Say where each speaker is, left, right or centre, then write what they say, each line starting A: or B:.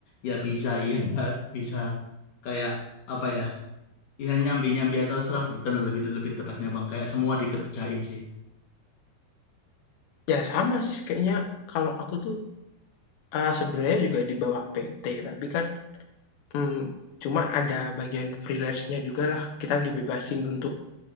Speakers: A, on the left (about 55°); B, on the left (about 80°).
A: ya bisa iya <laughs> bisa kayak apa ya? Ya nyambi-nyambi atau serabutan lah lebih lebih tepatnya bang. Kayak semua dikerjain sih.
B: Ya sama sih kayaknya kalau aku tuh, eee, sebenarnya juga di bawah PT tapi kan, mmm, cuma ada bagian freelance-nya juga lah Kita dibebasin untuk